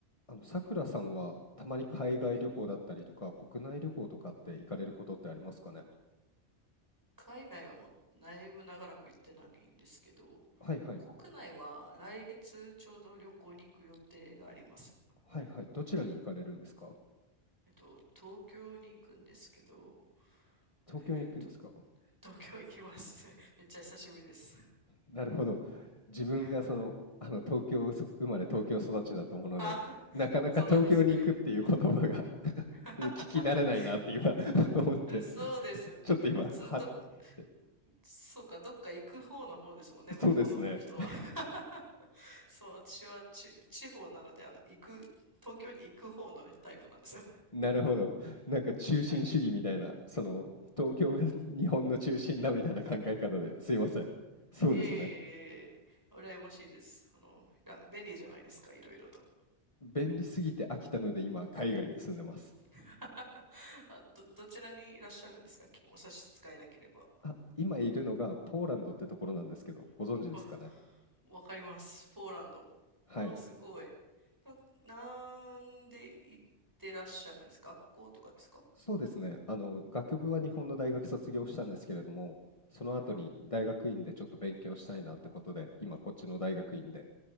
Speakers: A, on the left; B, on the right.
A: あの、さくらさんはたまに海外旅行だったりとか、
B: はい
A: 国内旅行とかって行かれることってありますかね
B: 海外はもうだいぶ長らく行ってないんですけど、
A: はいはい。
B: 国内は来月ちょうど旅行に行く予定があります。
A: はいはい。どちらに行かれるんですか
B: えっと、東京に行くんですけど、
A: 東京に行くんですか
B: えっと、東京行きます。<laughs> めっちゃ久しぶりです。
A: なるほど。自分がその、
B: <laughs>
A: あの、東京そ生まれ東京育ちだったもので、
B: あ、
A: なかなか東京に行くっていう言葉が
B: そうなんですね。
A: <laughs>
B: <laughs>
A: 聞き慣れないなって今 <laughs> 思って、
B: そうですよね。
A: ちょっと今、
B: 普通ど、
A: はって。
B: そうか、どっか行く方の方ですもんね、向こうの人は。
A: そうですね。
B: <laughs> そう、私はち、地方なので、あの、行く、東京に行く方のタイプなんですよ。
A: <laughs> なるほど。なんか中心主義みたいな、
B: はい。
A: その東京が <laughs> 日本の中心だみたいな考え方ですいません。そうですね。
B: いえいえいえいえ、羨ましいです。あの、ら便利じゃないですか、いろいろと。
A: 便利すぎて飽きたので今海外に住んでます。
B: <laughs> あ、ど、どちらにいらっしゃるんですか、きお差し支えなければ。
A: あ、今いるのがポーランドってところなんですけど、ご存知ですかね。
B: <laughs> あわかります。ポーランド。
A: はい。
B: あ、すごい。な、なんで行ってらっしゃるんですか学校とかですか
A: そうですね。あの、学部は日本の大学卒業したんですけれども、その後に大学院でちょっと勉強したいなってことで、
B: はい。
A: 今こっちの大学院で